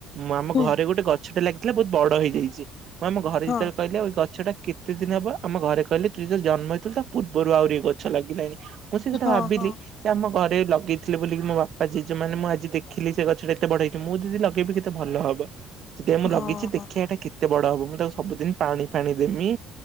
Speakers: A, on the right; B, on the left.
A: ମୁଁ ଆମ
B: ହୁଁ
A: ଘରେ ଗୋଟେ ଗଛଟା ଲାଗି ଥିଲା ବହୁତ ବଡ ହେଇଯାଇଚି। ହଁ ଆମ ଘରେ
B: ହଁ
A: ଯେତେବେଳେ କହିଲେ ଏ ଗଛଟା କେତେ ଦିନ ହବ ଆମ ଘରେ କହିଲେ ତୁ ଯେବେ ଜନ୍ମ ହେଇଥିଲୁ ତା ପୂର୍ବରୁ ଆହୁରି ଗଛ ଲାଗିଲାଣିି। ମୁଁ ସେ କଥା
B: ହଁ
A: ଭାବିଲି
B: ହଁ
A: କି ଆମ ଘରେ ଲଗେଇଥିଲେ ବୋଲିକି ମୋ ବାପା ଜେଜେ ମାନେ ମୁଁ ଆଜି ଦେଖିଲି ସେ ଗଛ ଟା ଏତେ ବଡ ହେଇଚି। ମୁଁ ଯଦି ଲଗେଇବି କେତେ ଭଲ ହବ। ସେଥିପାଇଁ ମୁଁ
B: ହଁ
A: ଲଗେଇଛି
B: ହଁ
A: ଦେଖିବା ଏଇଟା କେତେ ବଡ ହବ ମୁଁ ତାକୁ ସବୁଦିନ ପାଣି ଫାଣି ଦେମି